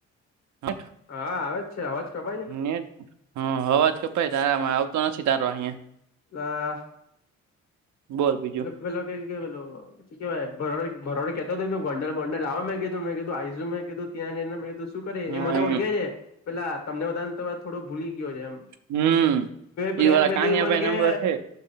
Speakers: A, on the right; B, on the left.
A: <inaudible>
B: હા આવે જ છે અવાજ કપાય છે?
A: <inaudible> હમ અવાજ કપાઈ તારામાં આવતો નથી તારો અહિયાં.
B: ના
A: બોલ બીજું
B: એ ભેલો કે કે બલો કેવાય ભરોડ ભરવાડ કેતોય ત ગોંડલ બોંડલ આવે મે કીધું મે કધું આઈસું મે કધું ત્યાં ને મે કીધું શું કરે
A: હા
B: એ મને
A: એમ
B: ઓળખે છે પેલા તમને બધાને થોડો ભૂલી ગયો છે એમ
A: હમ
B: પ્લાન્ટ
A: ઈ વાળા કાનિયાભાઈ
B: <unintelligible> કે
A: નંબર છે